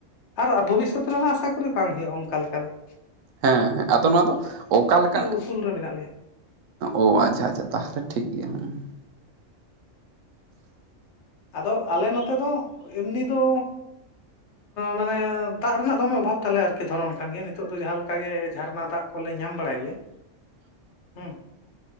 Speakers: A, on the left (about 65°); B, on the right (about 85°).
A: ᱟᱨ ᱵᱷᱚᱵᱤᱥᱚᱛ ᱨᱮᱦᱚᱸ ᱟᱥᱟ ᱠᱚᱨᱤ ᱵᱟᱝ ᱦᱩᱭᱩᱜᱼᱟ ᱚᱱᱠᱟ ᱞᱮᱠᱟ ᱫᱚ ᱾
B: ᱦᱮᱸ ᱟᱫᱚ ᱱᱚᱣᱟ ᱫᱚ ᱚᱠᱟ ᱞᱮᱠᱟ
A: ᱩᱥᱩᱞ ᱨᱮ ᱢᱮᱱᱟᱜ ᱞᱮᱭᱟ
B: ᱚ ᱟᱪᱪᱷᱟ ᱟᱪᱪᱷᱟ ᱛᱟᱦᱚᱞᱮ ᱴᱷᱤᱠ ᱜᱮᱭᱟ ᱦᱮᱸ ᱾
A: ᱟᱫᱚ ᱟᱞᱮ ᱱᱚᱛᱮ ᱫᱚ ᱮᱢᱱᱤ ᱫᱚ
B: <inaudible>
A: ᱢᱟᱱᱮ ᱫᱟᱜ ᱨᱮᱱᱟᱜ ᱫᱚᱢᱮ ᱚᱵᱷᱟᱵ ᱛᱟᱞᱮ ᱟᱨᱠᱤ ᱫᱷᱚᱨᱚᱱ ᱠᱷᱟᱱ ᱜᱮ ᱱᱤᱛᱚᱜ ᱫᱚ ᱡᱟᱦᱟᱸ ᱞᱮᱠᱟ ᱜᱮ ᱡᱷᱟᱨᱱᱟ ᱫᱟᱜ ᱠᱚᱞᱮ ᱧᱟᱢ ᱵᱟᱲᱟᱭ ᱜᱮᱭᱟ ᱾
B: <inaudible>
A: ᱦᱩᱸ᱾